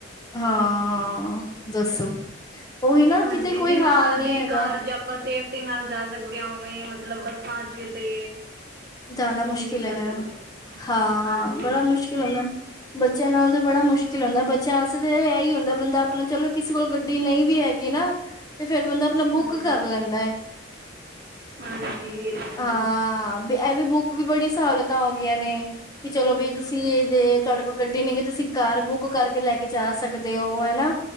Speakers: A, on the left; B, on the right.
A: ਹਾਂ ਦੱਸੋ ਉਹੀ ਨਾ
B: ਹਾਂਜੀ
A: ਕਿਤੇ ਕੋਈ
B: ਜਿੰਨਾ
A: ਹਾਲ
B: ਆਪਦੀ
A: ਨੀ ਹੈਗਾ
B: ਕਾਰ ਚ ਆਪ ਆਪਾਂ ਸੇਫਟੀ ਨਾਲ ਜਾ ਸਕਦੇ ਹਾਂ ਉਵੇਂ ਮਤਲਬ ਬੱਸਾਂ ਚ ਤੇ
A: ਜਾਨਾ
B: ਉਹ
A: ਮੁਸ਼ਕਿਲ
B: ਵੀ ਨਹੀਂ ਜਾ
A: ਹੈਗਾ,
B: ਸਕਦੇ
A: ਹਾਂ---ਬੜਾ
B: ਹਾਂਜੀ
A: ਮੁਸ਼ਕਿਲ ਹੁੰਦਾ। ਬੱਚਿਆਂ ਨਾਲ ਤੇ ਬੜਾ ਮੁਸ਼ਕਿਲ ਹੁੰਦਾ ਚਾਂਸ ਤੇ ਇਹ ਹੀ ਹੁੰਦਾ ਬੰਦਾ ਆਪਣਾ ਚਲੋ ਕਿਸੇ ਕੋਲ ਗੱਡੀ ਨਹੀਂ ਵੀ ਹੈਗੀ ਨਾ ਤੇ ਫੇਰ ਬੰਦਾ ਆਪਣਾ ਬੁੱਕ
B: ਹਾਂਜੀ
A: ਕਰ ਲੈਂਦਾ ਹੈ,
B: ਹਾਂਜੀ ਇਹ ਤਾਂ ਹੈ
A: ਹਾਂ
B: ਹੀ
A: ਇਹ ਵੀ ਬੁੱਕ ਵੀ ਬੜੀ ਸਹੁਲਤਾ ਹੋ ਗਈਆਂ ਨੇ ਕਿ ਚਲੋ ਵੀ ਤੁਸੀਂ ਜੇ ਤੁਹਾਡੇ ਕੋਲ ਗੱਡੀ ਨਹੀ ਹੈਗੀ ਤੁਸੀਂ ਕਾਰ ਬੁੱਕ ਕਰਕੇ ਲੈ ਕੇ ਜਾ ਸਕਦੇ ਹੋ, ਹਨਾ